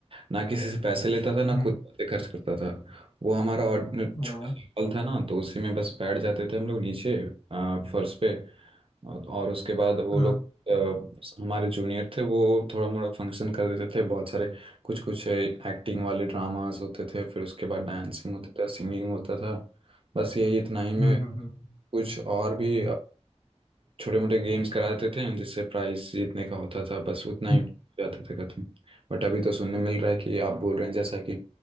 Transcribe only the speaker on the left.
हम्म
वाह।
हाँ
हम्म हम्म,
हम्म।